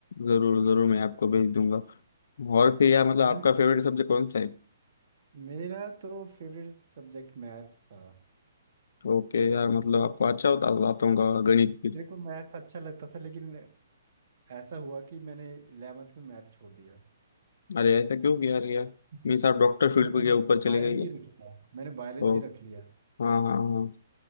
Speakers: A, on the left (about 65°); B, on the right (about 65°).
A: जरूर
B: ठीक
A: जरूर
B: है
A: मैं आपको भेज दूंगा और फिर यार मतलब आपका
B: And
A: फेवरेट सब्जेक्ट कौन सा है
B: मेरा तो फेवरेट सब्जेक्ट मैथ था
A: ओके यार मतलब आपको अच्छा होता आता होगा गणित भी
B: मेरे को मैथ अच्छा लगता था लेकिन ऐसा हुआ कि मैंने इलेवेंथ में मैथ छोड़ दिया
A: अरे ऐसा क्यों
B: मैं-
A: किया अरे यार
B: <laughs>
A: मीन्स आप डॉक्टर फील्ड
B: मैंने
A: पे के ऊपर चले
B: बायोलॉजी
A: गए क्या?
B: रख लिया मैंने बायोलॉजी
A: ओ
B: रख लिया
A: हाँ हाँ